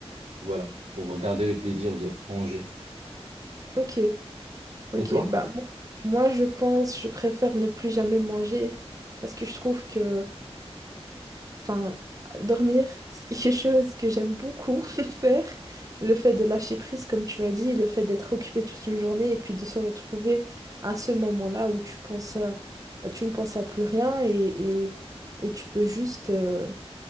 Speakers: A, on the right; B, on the right.
A: voilà, pour garder le plaisir de manger.
B: ok, ok.
A: Et toi?
B: Bah, mo- moi, je pense, je préfère ne plus jamais manger parce que je trouve que, enfin, dormir, c'est quelque chose que j'aime beaucoup <laughs> faire. Le fait de lâcher prise, comme tu as dit, le fait d'être occupé toute une journée et puis de se retrouver à ce moment-là où tu penses à- tu ne penses à plus rien et, et, et tu peux juste, euh,